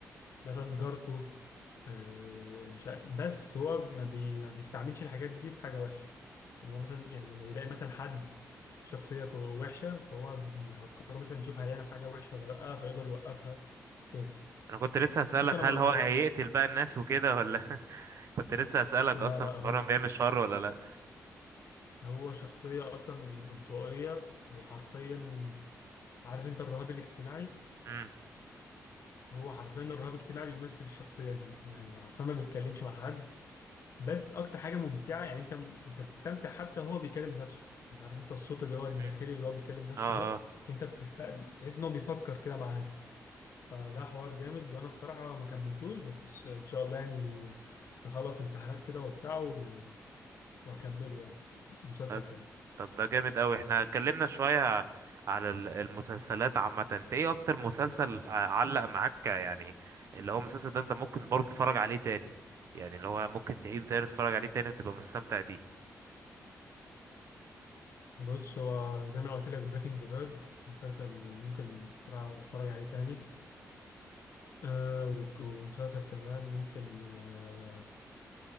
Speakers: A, on the left (about 55°); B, on the right (about 55°).
A: مثلا جارته آه، مش عارف بس هو ما, بي... ما بيستعملش الحاجات دي في حاجة وحشة ان هو مثلا يعني لما بيلاقي مثلا حد شخصية كو- وحشة فهو بيهكره مثلا يشوف هيعمل حاجة وحشة ولا لأ فيقدر يوقفها كده
B: انا كنت لسه هسألك
A: بص أنا
B: هل
A: ما
B: هو
A: جرى
B: هيقتل بقى الناس وكده ولا <laughs> كنت لسه هسألك
A: لا
B: اصلا
A: لا
B: في
A: هو
B: مرة بيعمل شر ولا لا
A: هو شخصية أصلا انطوائية وحرفيا عارف أنت الرهاب الاجتماعي
B: امم
A: هو حرفيا الرهاب الاجتماعي بيمثل الشخصية دي يعني حرفيا ما بيتكلمش مع حد بس اكتر حاجه ممتعه يعني انت انت بتستمتع حتى هو بيكلم نفسه يعني عارف انت الصوت اللي هو الداخلي
B: أمم.
A: اللي هو بيكلم نفسه
B: اه
A: ده انت بتست... بتحس ان هو بيفكر كده معاه فده حوار جامد وانا الصراحه ما كملتوش بس الش- ان شاء الله يعني اخلص امتحانات كده وبتاع و... واكمله يعني مسلسل
B: اه
A: حلو
B: طب ده جامد قوي احنا اتكلمنا <laughs> شوية على ال- المسلسلات عامة انت ايه اكتر مسلسل ع- علق معاك يعني اللي هو المسلسل ده انت ممكن برضه تتفرج عليه تاني يعني اللي هو ممكن تعيده تاني وتتفرج عليه تاني وتبقى مستمتع بيه
A: بص هو زي ما أنا قلت لك بريكنج باد مسلسل ممكن بصراحه اتفرج عليه تاني آه وك- ومسلسل كمان ممكن آه